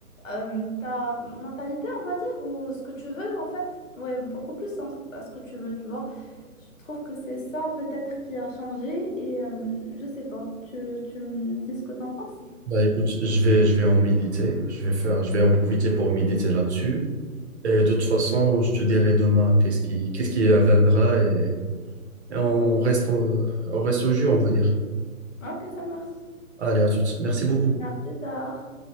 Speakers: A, on the left; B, on the right.
A: euh, ta mentalité, on va dire, ou ce que tu veux en fait. Ouais, beaucoup plus en- à ce que tu veux, tu vois. Je trouve que c'est ça peut-être qui a changé et euh, je sais pas, tu, tu me dis ce que t'en penses.
B: Bah écoute, je vais, je vais en méditer, je vais faire, je vais en profiter pour méditer là-dessus. Et de toute façon, je te dirai demain qu'est-ce qui, qu'est-ce qui adviendra et, et on reste, en- on reste au jeu, on va dire.
A: Ok, ça marche.
B: Allez, à toutes. Merci beaucoup.
A: À plus tard.